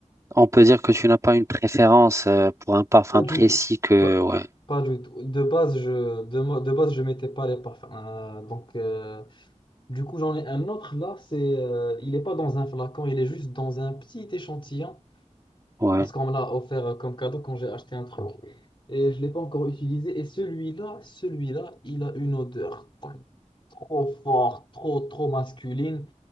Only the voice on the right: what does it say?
On peut dire que tu n'as pas une préférence euh, pour un parfum
précis
que,
ouais,
ouais,